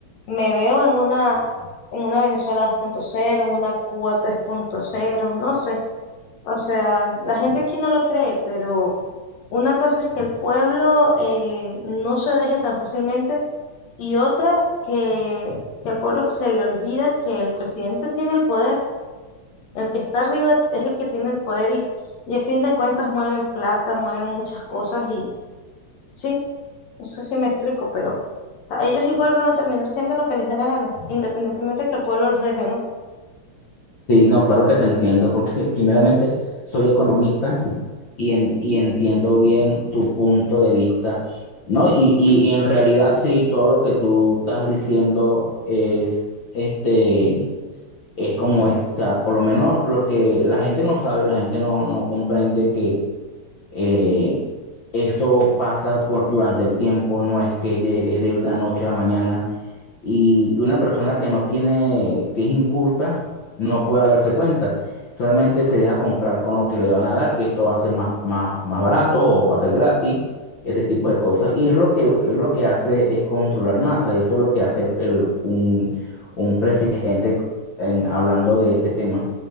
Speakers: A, on the left; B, on the left.
A: me veo en una, en una Venezuela dos punto cero en una Cuba tres punto cero no sé. O sea, la gente aquí no lo cree, pero una cosa es que el pueblo eh, no se deje tan fácilmente y otra que, que al pueblo se le olvida que el presidente tiene el poder el que está arriba es el que tiene el poder y, y a fin de cuentas mueven plata, mueven muchas cosas y sí, no sé si me explico, pero o sea, ellos igual van a terminar siendo lo que les dé la gana, independientemente que el pueblo los deje o no.
B: Sí, no, claro que te entiendo, porque <laughs> primeramente soy economista y, en- y entiendo bien tu punto de vista, ¿no? Y, y, y en realidad sí, todo lo que tú estás diciendo es, este, es como es, o sea, por lo menos lo que la gente no sabe, la gente no, no comprende que Eh, eso pasa cu- durante el tiempo, no es que lle- es de la noche a la mañana y una persona que no tiene, que es inculta, no podrá darse cuenta. Solamente se deja comprar con lo que le van a dar, que esto va a ser más, más, más barato o va a ser gratis, este tipo de cosas. Y es lo que, es lo que hace es controlar masa, y eso es lo que hace el- el- un, un presidente en- hablando de ese tema.